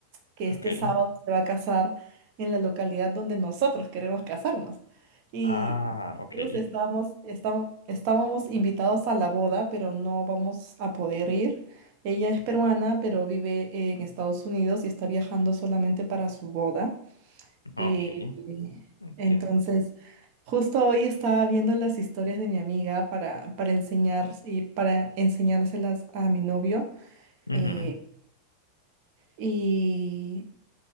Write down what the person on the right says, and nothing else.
que
este sábado se va a casar en la localidad donde nosotros queremos casarnos. Y
nosotros estamos, estamos, estábamos invitados a la boda, pero no vamos a poder ir. Ella es peruana, pero vive en Estados Unidos y está viajando solamente para su boda.
Eh,
entonces, justo hoy estaba viendo las historias de mi amiga para, para enseñar y para enseñárselas a mi novio.
eh, y,